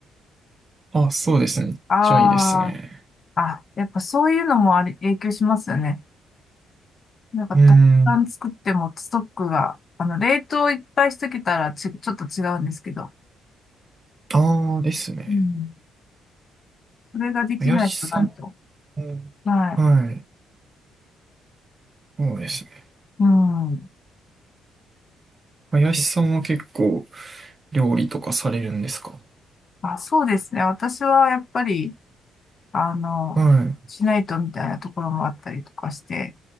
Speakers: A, on the right (about 35°); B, on the left (about 45°).
A: あ、そうですね。めっちゃいいですね。
B: ああ、あ、やっぱそういうのもあり、影響しますよね。なんか、
A: うーん。
B: たくさん作ってもストックが、あの、冷凍いっぱいしとけたらち、ちょっと違うんですけど、
A: ああですね。
B: うん。それができないとなると。
A: 林さんも、
B: はい。
A: はい。そうですね。
B: うん。
A: 林さんは結構料理とかされるんですか
B: あ、そうですね。私はやっぱり、あの、
A: はい。
B: しないとみたいなところもあったりとかして、